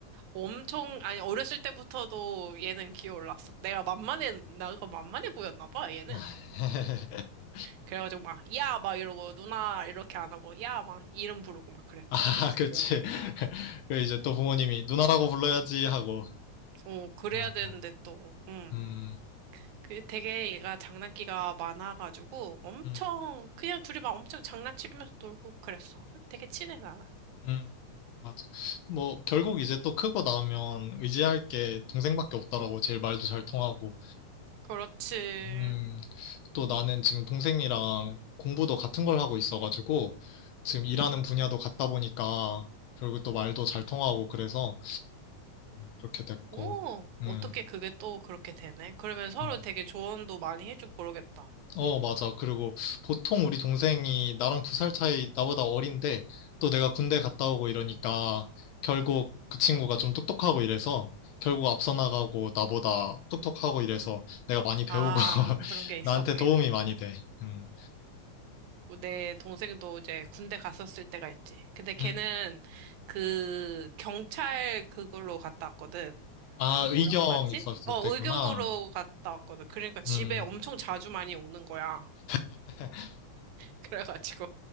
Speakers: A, on the right; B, on the left.
A: 엄청 아니 어렸을 때부터도 얘는 기어올랐어. 내가 만만해 나가 만만해 보였나 봐 얘는.
B: <laughs>
A: 그래가지고 막, 야! 막 이러고, 누나! 이렇게 안 하고, 야! 막 이름 부르고 막 그랬,
B: 아, <laughs>
A: 그랬어.
B: 그치.
A: 그래.
B: <laughs> 그 이제 또 부모님이 누나라고 불러야지 하고.
A: 어, 그래야
B: 맞아.
A: 되는데 또, 음.
B: 음,
A: 그 되게 얘가 장난기가 많아가지고, 엄청,
B: 음,
A: 그냥 둘이 막 엄청 장난치면서 놀고 그랬어.
B: 음,
A: 되게 친해, 나는.
B: 음. 맞아. 뭐, 결국 이제 또 크고 나면 의지할 게 동생밖에 없더라고. 제일 말도 잘 통하고.
A: 그렇지.
B: 음, 또 나는 지금 동생이랑 공부도 같은 걸 하고 있어가지고, 지금 일하는 분야도 같다 보니까, 결국 또 말도 잘 통하고 그래서 그렇게 됐고,
A: 오,
B: 음.
A: 어떻게 그게 또 그렇게 되네? 그러면 서로
B: 뭐
A: 되게 조언도 많이 해주고 그러겠다.
B: 어, 맞아. 그리고 보통 우리 동생이 나랑 두 살 차이 나보다 어린데 또 내가 군대 갔다 오고 이러니까 결국 그 친구가 좀 똑똑하고 이래서 결국 앞서 나가고 나보다 똑똑하고 이래서 내가 많이 배우고
A: 아,
B: <laughs>
A: 그런 게 있었겠네,
B: 나한테 도움이 많이
A: 또.
B: 돼. 음.
A: 뭐 내 동생도 이제 군대 갔었을 때가 있지. 근데 걔는
B: 음.
A: 그 경찰 그걸로 갔다 왔거든.
B: 아,
A: 그
B: 의경
A: 뭐라고 하지?
B: 있었을
A: 어,
B: 때구나.
A: 의경으로 갔다 왔거든. 그러니까 집에
B: 음.
A: 엄청 자주 많이 오는 거야.
B: <laughs>
A: <laughs> 그래가지고.